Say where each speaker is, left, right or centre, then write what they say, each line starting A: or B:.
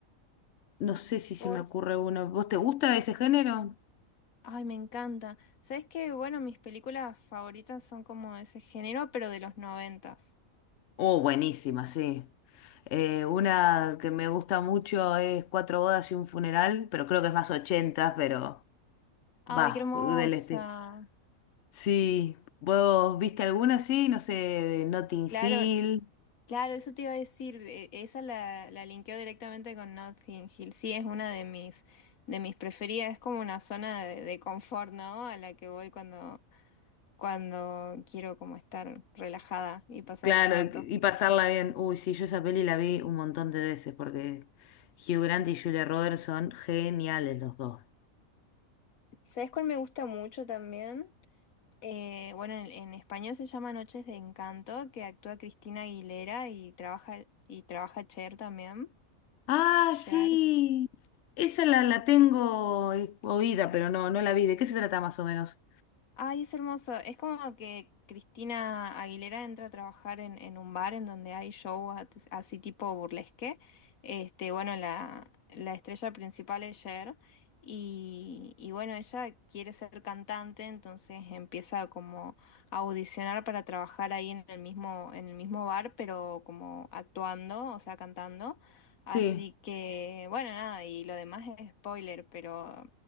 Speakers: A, on the left; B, on the left.
A: No sé si se
B: Por...
A: me ocurre uno. ¿Vos te gusta ese género?
B: Ay, me encanta. ¿Sabes qué? Bueno, mis películas favoritas son como de ese género, pero de los noventas.
A: Oh, buenísima, sí. Eh, una que me gusta mucho es Cuatro bodas y un funeral, pero creo que es más 80, pero
B: Ay,
A: va,
B: qué hermosa.
A: del este. Sí, ¿vos viste alguna así? No sé, Notting
B: Claro,
A: Hill.
B: Claro, eso te iba a decir, e- esa la, la linkeo directamente con Notting Hill. Sí, es una de mis, de mis preferidas, es como una zona de, de confort, ¿no? A la que voy cuando, cuando quiero como estar relajada y pasar
A: Claro,
B: el rato.
A: y pasarla bien. Uy, sí, yo esa peli la vi un montón de veces porque Hugh Grant y Julia Roberts son geniales los dos.
B: ¿Sabes cuál me gusta mucho también? Eh, bueno, en, en español se llama Noches de Encanto, que actúa Cristina Aguilera y trabaja, y trabaja Cher también.
A: Ah,
B: Cher.
A: sí. Esa la, la tengo eh, oída, pero no, no la vi. ¿De qué se trata más o menos?
B: Ay, es hermoso. Es como que Cristina Aguilera entra a trabajar en, en un bar en donde hay shows at- así tipo burlesque. Este, bueno, la, la estrella principal es Cher y, y bueno, ella quiere ser cantante, entonces empieza como a audicionar para trabajar ahí en el mismo, en el mismo bar, pero como actuando, o sea, cantando. Así
A: sí
B: que, bueno, nada, y lo demás es spoiler, pero